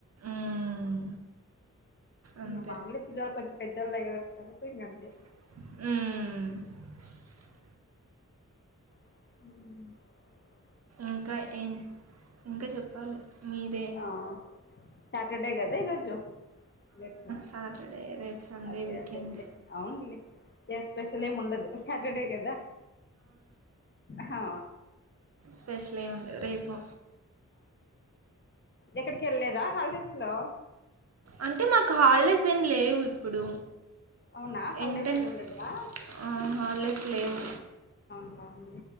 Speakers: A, on the right; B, on the left.
A: మ్మ్. అంతే
B: ఇగ మామూలే పిల్లల్ కొంచెం పెద్దోళ్లయ్యే వరకు <inaudible> అంతే
A: మ్
B: మ్
A: ఇంకా ఇన్ ఇంకా చెప్పాలి మీరే
B: ఆ సాటర్డే కదా ఈరోజు రేప్ సాయం
A: సాటర్డే రేపు సండే
B: అదే
A: వీకెండ్
B: అదేలే అవున్లే ఇయాల స్పెషల్ ఏం ఉండదు సాటర్డే కదా హా
A: స్పెషలేం ఉండద్ రేపు
B: ఎక్కడికెళ్ళేదా హాలిడేస్లో
A: అంటే మాక్ హాల్డేస్ ఏం లేవు ఇప్పుడు
B: అవునా హాలిడేస్
A: ఎన్ టెన్
B: ఏముండదా
A: ఏ హాల్డేస్ లేవు.
B: బాగుంది